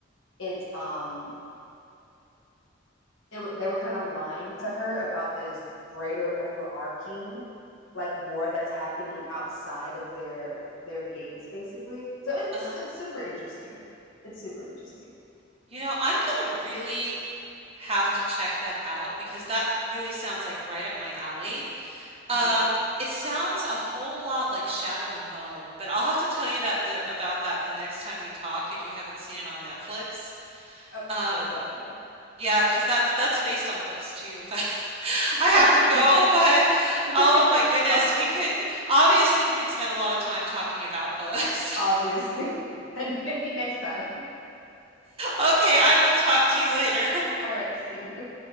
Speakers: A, on the left; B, on the right.
A: it's um, it they were kind of lying to her about this greater overarching like war that's happening outside of their their gates basically so it's
B: Uh-huh.
A: it's super interesting it's super interesting
B: You know, I'm gonna really have to check that out because that really sounds like right up my alley. Um,
A: yeah
B: it sounds a whole lot like Shadow and Bone, but I'll have to tell you that the about that the next time we talk if you haven't seen it on Netflix.
A: uh,
B: Um,
A: most definitely yeah
B: yeah, because that's that's based on books too, <laughs> but I have
A: okay
B: to go, but
A: <laughs>
B: oh my
A: No
B: goodness,
A: problem.
B: we could obviously we can spend a lot of time talking about books.
A: obviously. <laughs> but maybe next time.
B: Okay, I will talk to you later.
A: All right, see you.